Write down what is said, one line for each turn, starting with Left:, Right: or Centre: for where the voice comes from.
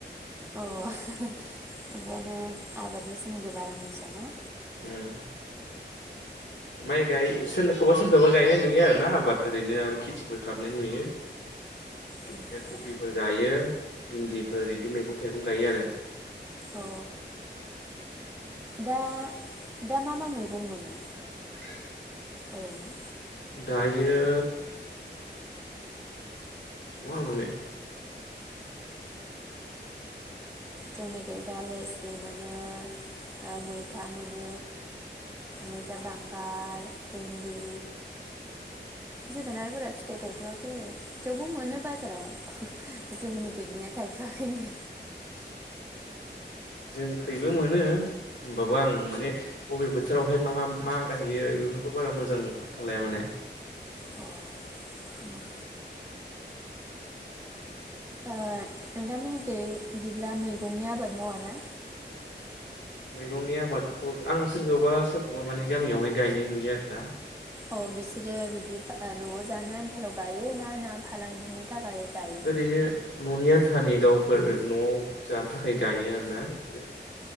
Right: अ <unintelligible> <unintelligible> ओंखायनो आबादनि सोमोन्दै बारा मोनथियाना
Left: ओम माइ गाय सोरखौबा सोरखौबा गायनाय नुयो आरो ना आबाद ओरैनो आरो खेथिफोर खालामनाय नुयो।
Right: अ
Left: इदिनो कफिफोर गायो। भिन्दिफोर इदि मैगं थाइगं गायो आरो <inaudible>
Right: ओ दा दा मा मा मैगं मोनो
Left: <unintelligible>
Right: ओरैनो
Left: दायो मा बुंनो
Right: जोंनिखै दा लेस्रि मोनो ओ मैथा मोनो मैथा बांगाल, भेन्दि, जोगोनारफोरा फिथाइ थायथ'वाखै थेवबो मोनो बाजाराव। जोंनि खैनिया थायथ'वाखैनो
Left: <inaudible> जों खैबो मोनो होमबाबो आं माने बबे बोथोरावहाय मा मा गायो बेफोरखौ बारा मोजां फाथ्था लाया माने।
Right: अ उम ओ नोंथांमोननिखै बिदिब्ला मैगंनि आबाद मावा ना?
Left: मैगंनि आबादखौ आं सोरखौबा सोरखौबा माने गामियावहाय गायनाय नुयोआरो ना।
Right: अ बिसोरो बिदि न'आव जानो आन्थाल' गायो ना? ना फालांगिनि थाखाय गायो
Left: ओरैनो न'नि आन्थानि गाव फोर न'आव जानो थाखाय गायो आरो ना बिसोरो।